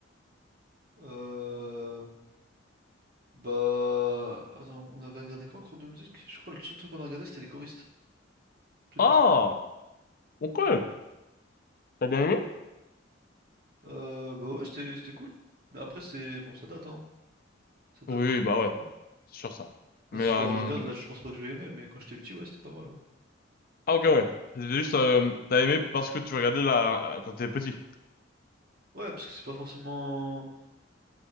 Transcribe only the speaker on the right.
Euh, bah, attends, on avait regardé quoi en cours de musique? Je crois que le seul truc qu'on a regardé, c'était les choristes. C'est tout.
Euh, bah ouais, c'était c'était cool. Mais après, c'est... Bon, ça date, hein. Ça date
de... de
fou.
Là,
si
je le regarde, là, je pense pas que je vais aimer, mais quand j'étais petit, ouais, c'était pas mal. Ouais,
Ouais, parce que c'est pas forcément